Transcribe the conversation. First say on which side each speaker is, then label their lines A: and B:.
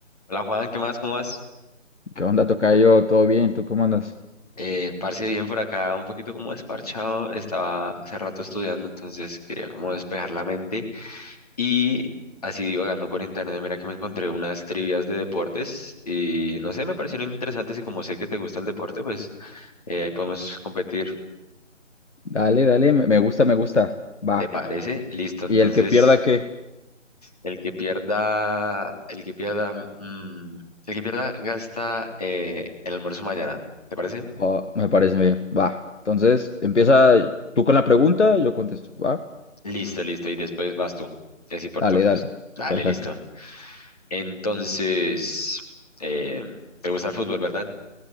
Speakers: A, on the left (about 30°); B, on the left (about 65°).
A: Hola Juan, ¿qué más? ¿Cómo vas?
B: ¿Qué onda, tocayo? ¿Todo bien? ¿Tú cómo andas?
A: Eh, parce, bien por acá, un poquito como desparchado. Estaba hace rato estudiando, entonces quería como despejar la mente y así divagando por internet. Mira que me encontré unas trivias de deportes y no sé, me parecieron interesantes y como sé que te gusta el deporte, pues eh, ahí podemos competir.
B: Dale, dale, me me gusta, me gusta. Va.
A: ¿Te parece? Listo, entonces
B: ¿Y el que pierda qué?
A: el que pierda, el que pierda, mm, el que pierda gasta eh, el almuerzo mañana. ¿Te parece?
B: Oh, me parece bien. Va. Entonces, empieza tú con la pregunta, yo contesto. Va.
A: Listo, listo. Y después vas tú. Y así por
B: Dale,
A: turnos.
B: dale.
A: Dale,
B: Perfecto.
A: listo. Entonces, eh, ¿te gusta el fútbol, verdad?